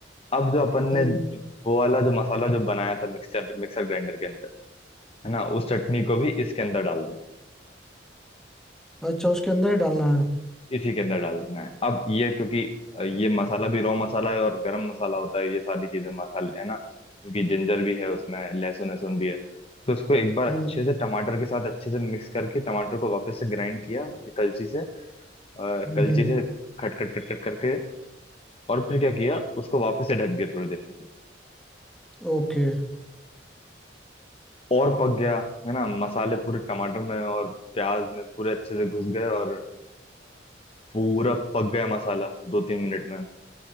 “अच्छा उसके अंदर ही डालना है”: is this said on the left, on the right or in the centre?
Centre